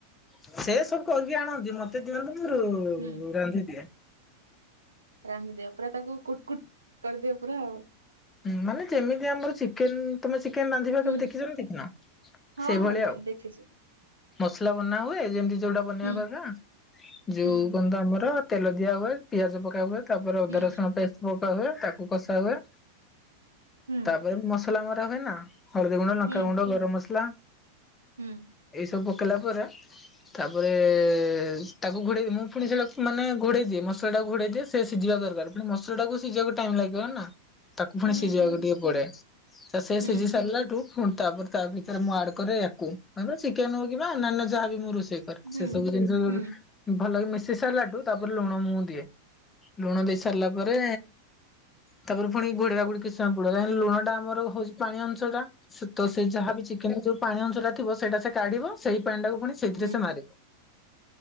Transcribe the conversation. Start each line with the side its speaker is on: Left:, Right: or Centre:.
Left: ସେ ସବୁ କହିକି ଆଣନ୍ତି ମତେ <unintelligible> ମୋର
Right: ହୁଁ।
Left: ରାନ୍ଧିଦିଏ।
Right: ରାନ୍ଧିଦିଅ ପୁରା ତାକୁ କୁଟକୁଟ କରିଦିଏ ପୁରା ଆଉ।
Left: ହଁ ମାନେ ଯେମିତି ଆମର ଚିକେନ ତମେ ଚିକେନ ବାନ୍ଧିବା
Right: ହୁଁ
Left: କେବେ ଦେଖିଛ ନା ଦେଖିନ
Right: ହଁ
Left: ସେଇଭଳିଆ
Right: ହଁ
Left: ଆଉ।
Right: ଦେଖିଛି
Left: ମସଲା ବନା ହୁଏ ଯେମିତି ଯୋଉଟା ବନେଇବା
Right: ହୁଁ
Left: କଥା ଯୋଉ
Right: ହୁଁ।
Left: କନତ ଆମର। ତେଲ ଦିଆ ହୁଏ ପିଆଜ ପକା ହୁଏ। ତାପରେ ଅଦା
Right: ହୁଁ
Left: ରସୁଣ ପେଷ୍ଟ ପକା ହୁଏ ତାକୁ କଷା ହୁଏ।
Right: ହୁଁ
Left: ତାପରେ ମସ ମସଲା ମରା ହୁଏ ନା। ହଳଦୀ ଗୁଣ୍ଡ ଲଙ୍କାଗୁଣ୍ଡ
Right: ହୁଁ ହୁଁ
Left: ଗରମ ମସଲା।
Right: ହୁଁ
Left: ଏଇ ସବୁ କଲା ପରେ ତାପରେ ଏ ତାକୁ ଘୋଡେଇଦି ମୁଁ ପୁଣି ସେଟାକୁ ମାନେ ଘୋଡେଇ ଦିଏ ମସଲା ଟାକୁ ଘୋଡେଇ ଦିଏ ସେ ସିଝିବା ଦରକାର ପୁଣି ମସଲା ଟାକୁ ସିଝିବାକୁ ଟାଇମ୍ ଲାଗିବ ନା। ତାକୁ ପୁଣି
Right: ହୁଁ।
Left: ସିଝିବାକୁ ଟିକେ ପଡେ ତ ସେ
Right: ହୁଁ
Left: ସିଝି ସାରିଲାଠୁୁ ତାପରେ ତା ଭିତରେ ମୁଁ ଆଡ କରେ ୟାକୁ ଚିକେନ ହଉ କି ଅନ୍ୟାନ୍ୟ ଯାହାବ ମୁଁ ରୋଷ
Right: ହୁଁ
Left: ସେ ସବୁ ଜିନିଷ
Right: ହୁଁ
Left: ଭଲକି ମିଶେଇ ଶେଷ ହେଲାଠୁଁ ତା ତା ଲୁଣ ମୁଁ ଦିଏ। ଲୁଣ ଦେଇ ସାରିଲା ପରେ ତାପରେ ପୁଣି ଘୋଡେଇବା ଆଗରୁ କିଛି ସମୟ ଗୁଲାଇବା କାହିଁକି ଲୁଣ ଟା ଆମର ପାଣି ଅଂଶଟା ସେତ ଯାହା ବି ଚିକେନ ଯୋଉ ପାଣି ଅଂଶଟା ଥିବ ସେ କାଢିବ ସେଇ ପାଣି ଟାକୁ ପୁଣି ସେଇଥିରେ
Right: ହୁଁ ହୁଁ ହୁଁ ହୁଁ
Left: ସେ ମାରେ।